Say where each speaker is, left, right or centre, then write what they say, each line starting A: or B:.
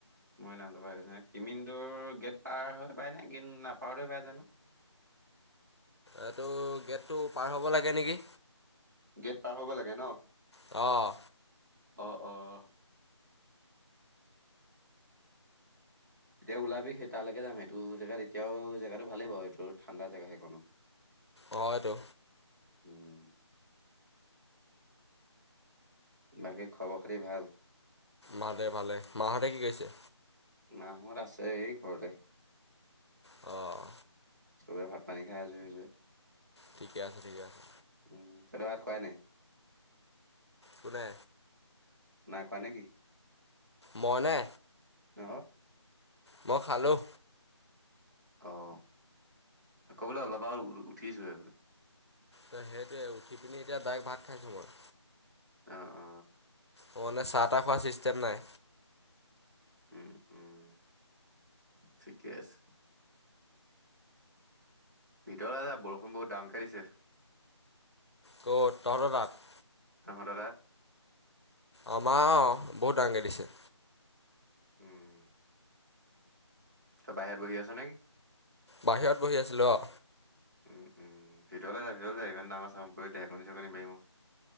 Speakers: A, on the right (about 40°); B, on the left (about 60°).
A: মই নামটো পাহৰিছোঁ কিমিনটো গেট পাৰ হৈ পায় নে গেট নাপাওঁতে পাই জানো।
B: এইটো গেটটো পাৰ হ'ব লাগে নেকি?
A: গেট পাৰ হ'ব লাগে ন।
B: অ',
A: অ, অ, এতিয়া ওলাবি সেই তালৈকে যাম সেইটো জেগাত এতিয়াও জোটো ভালেই বাৰু সেইটো ঠাণ্ডা জেগা সেইকণো।
B: হয়টো।
A: উম বাকী খবৰ খাতি ভাল?
B: ভালে-ভালে মাহঁতে কি কৰিছে?
A: মাহত আছে এই ঘৰতে।
B: অ',
A: চবে ভাত পানী খাই আজৰি হৈছে।
B: ঠিকে আছে, ঠিকে আছে।
A: উম, তহঁতে ভাত খোৱাই নাই?
B: কোনে?
A: নাই খোৱা নেকি?
B: মই নে?
A: অ',
B: মই খালোঁ।
A: অঁ, আকৌ বোলে অলপ আৰু উঠিছোঁহেই বোলে।
B: তো সেইটোৱে উঠি পিনি এতিয়া ডাইৰেক্ট ভাত খাইছোঁ মই।
A: অ, অ,
B: অ, মানে চাহ তাহ খোৱা চিষ্টেম নাই।
A: উম, উম, ঠিকে আছে। ভিতৰলে যা বৰষুণ বহুত ডাঙৰকে দিছে।
B: কত তহতৰ তাত
A: তহতৰ তাত,
B: আমাৰ অ, বহুত ডাঙৰকে দিছে।
A: উম, তই বাহিৰত বহি আছা নেকি?
B: বাহিৰত বহি আছিলোঁ অ'।
A: উম, উম, ভিতৰলৈ যা ভিতৰলৈ যা, ইমান ডাঙৰ চাউণ্ড কৰি ঢেৰেকনি চেৰেকনি মাৰিব।